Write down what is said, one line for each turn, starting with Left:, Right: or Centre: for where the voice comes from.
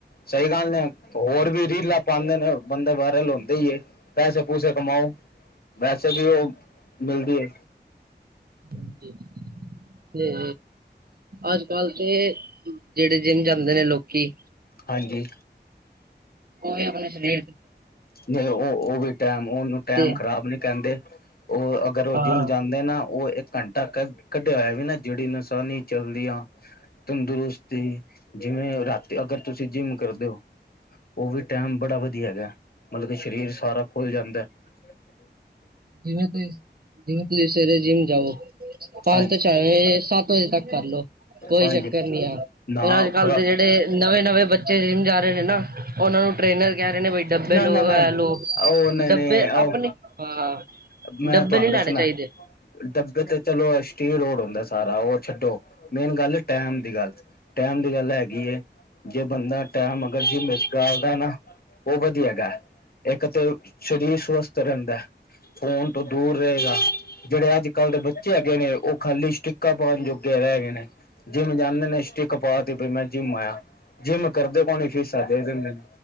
Left: ਸਹੀ ਗੱਲ ਏ ਨਾ ਹੋਰ ਵੀ ਰੀਲਾਂ ਪਾਉਂਦੇ ਨੇ ਬੰਦੇ ਵਾਇਰਲ ਹੁੰਦੇ ਹੀ ਏ ਪੈਸੇ ਪੂਸੇ ਕਮਾਓ। ਵੈਸੇ ਵੀ ਉਹ ਮਿਲਦੀ ਹੈ।
Right: ਜੀ ਜੀ ਜੀ ਤੇ ਅੱਜ ਕੱਲ ਤੇ ਜਿਹੜੇ ਜਿੰਮ ਜਾਂਦੇ ਨੇ ਲੋਕੀ।
Left: ਹਾਂਜੀ।
Right: ਉਹ ਵੀ ਆਪਣੇ ਸ਼ਰੀਰ
Left: ਨਹੀਂ ਉਹ ਉਹ ਵੀ ਟੈਮ ਉਹਨੂੰ ਟੈਮ
Right: ਤੇ
Left: ਖ਼ਰਾਬ ਨਹੀਂ ਕਹਿੰਦੇ ਉਹ ਅਗਰ ਉਹ
Right: ਹਾਂ
Left: ਜਿੰਮ ਜਾਂਦਾ। ਹੁੰਦੇ ਨਾ ਉਹ ਇੱਕ ਘੰਟਾ ਕ ਕਢਿਆ ਹੋਇਆ ਵੀ ਨਾ ਜਿੜੀ ਨਸਾ ਨੀ ਚੱਲਦੀਆਂ। ਤੰਦਰੁਸਤੀ ਜਿਵੇਂ ਰਾਤੀ ਅਗਰ ਤੁਸੀਂ ਜਿੰਮ ਕਰਦੇ ਹੋ। ਉਹ ਵੀ ਟੈਮ ਬੜਾ ਵਧੀਆ ਹੈਗਾ ਮਤਲਬ ਕਿ ਸਰੀਰ ਸਾਰਾ ਖੁੱਲ ਜਾਂਦਾ ਹੈ।
Right: ਜਿਵੇਂ ਤੁਸੀ ਜਿਵੇਂ ਤੁਸੀ ਸਵੇਰੇ ਜਿਮ ਜਾਉ ਬਾਅਦ
Left: ਹਾਂਜੀ
Right: ਚ ਚਾਹੇ ਸੱਤ ਵਜੇ ਤੱਕ ਕਰਲੋ ਕੋਈ
Left: ਹਾਂਜੀ
Right: ਚੱਕਰ ਨੀ ਯਾਰ
Left: ਨਾ
Right: ਪਰ ਅੱਜ ਕੱਲ
Left: ਖੁਰਾ
Right: ਦੇ ਜਿਹੜੇ ਤੇ ਨਵੇਂ ਨਵੇਂ ਬੱਚੇ ਜਿਮ ਜਾ ਰਹੇ ਨੇ ਨਾ ਉਹਨਾਂ ਨੂੰ ਟ੍ਰੇਨਰ ਕਹਿ ਰਹੇ ਨੇ ਬ ਡੱਬੇ
Left: ਨਾ
Right: ਲੋ
Left: ਨਾ ਨਾ
Right: ਇਹ ਲੌ
Left: ਉਹ ਨਹੀਂ
Right: ਡੱਬੇ
Left: ਨਹੀਂ ਉਹ
Right: ਆਪਣੇ ਹਾਂ
Left: ਮੈਂ
Right: ਡੱਬੇ
Left: ਤੁਹਾਨੂੰ
Right: ਨਹੀਂ ਸੀ ਲੈਣੇ
Left: ਦੱਸਣਾ
Right: ਚਾਹੀਦੇ।
Left: ਡੱਬੇ ਤੇ ਚਲੋ ਸਟੀਰੋਡ ਹੁੰਦਾ ਸਾਰਾ ਉਹ ਛੱਡੋ ਮੇਨ ਗੱਲ ਟੇਮ ਦੀ ਗੱਲ ਟੈਮ ਦੀ ਗੱਲ ਇਹ ਹੈਗੀ ਜੇ ਬੰਦਾ ਟੈਮ ਅਗਰ ਜ਼ਿਮ ਵਿੱਚ ਗਾਲਦਾ ਨਾ। ਉਹ ਵਧੀਆ ਹੈਗਾ ਇੱਕ ਤਾਂ ਸਰੀਰ ਸਵਸਥ ਰਹਿੰਦਾ। ਫੋਨ ਤੋਂ ਦੂਰ ਰਹੇਗਾ ਜਿਹੜੇ ਅੱਜ ਕੱਲ ਦੇ ਬੱਚੇ ਹੈਗੇ ਨੇ ਉਹ ਖਾਲੀ ਸਟਿਕਾਂ ਪਾਉਣ ਜੋਗੇ ਰਹਿ ਗਏ ਨੇ। ਜਿੰਮ ਜਾਂਦੇ ਨੇ ਸਟਿਕ ਪਾਤੀ ਬਈ ਮੈਂ ਜਿੰਮ ਆਇਆ ਜਿੰਮ ਕਰਦੇ ਪਾਣੀ ਫੀਸਾਂ ਦੇ ਦਿੰਦੇ ਨੇ।